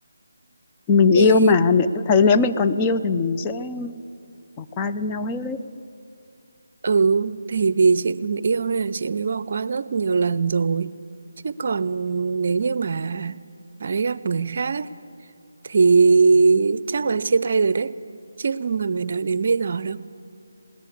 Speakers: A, on the left; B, on the right.
A: mình yêu
B: thì
A: mà Nếu- em thấy nếu mình còn yêu thì mình sẽ bỏ qua cho nhau hết đấy
B: Ừ, thì vì chị còn yêu nên là chị mới bỏ qua rất nhiều lần rồi. Chứ còn nếu như mà bạn ấy gặp người khác ấy, thì chắc là chia tay rồi đấy. Chứ không cần phải đợi đến bây giờ đâu.